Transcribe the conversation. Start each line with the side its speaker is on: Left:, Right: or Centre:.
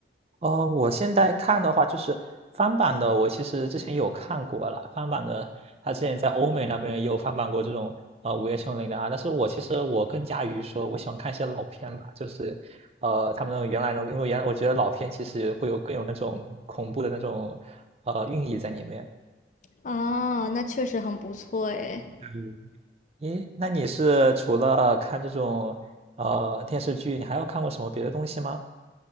Right: 呃，我现在看的话就是翻版的，我其实之前有看过了，翻版的，他之前在欧美那边也有翻版过这种呃《午夜凶铃》的啊。但是我其实我更加于说，我喜欢看一些老片吧，就是呃他们那种原来那种，因为原来我觉得老片其实会有更有那种恐怖的那种呃寓意在里面。
Left: 啊，那确实很不错诶。
Right: 嗯，咦，那你是除了看这种呃电视剧，你还有看过什么别的东西吗？